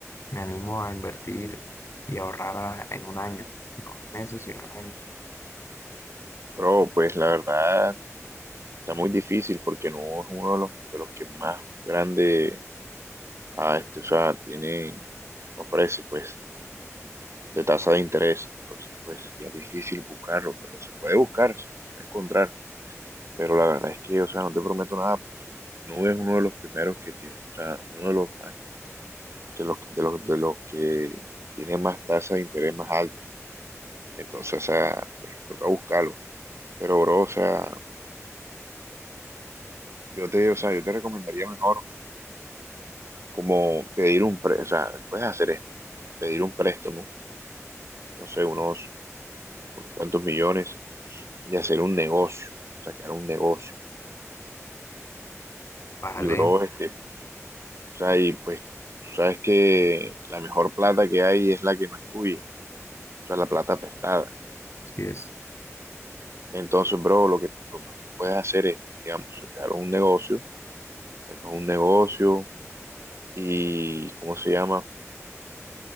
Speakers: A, on the left (about 55°); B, on the right (about 55°).
A: me animo a invertir y ahorrar a- en un año, no en meses, sino en años.
B: bro, pues la verdad está muy difícil porque no es uno de los, de los que más grande, ah, este, o sea, tiene, ofrece, pues. de tasa de interés. Entonces, pues sería difícil buscarlo, pero se puede buscar, se puede encontrar. Pero la verdad es que, o sea, no te prometo nada porque Nube es uno de los primeros que tiene, o sea, uno de los más, que los, de los, de los que tiene más tasa de interés más alta. Entonces, o sea, pues toca buscarlo. Pero, bro, o sea, yo te, o sea, yo te recomendaría mejor como pedir un préstamo, o sea, puedes hacer esto, pedir un préstamo, no sé, unos, unos cuantos millones y hacer un negocio, sacar un negocio.
A: Vale,
B: Y, bro, este, O sea, y pues tú sabes que la mejor plata que hay es la que no es tuya, o sea, la plata prestada.
A: sí es.
B: Entonces, bro, lo que lo mejor que puedes hacer es, digamos, sacar un negocio, sacas un negocio y, ¿cómo se llama?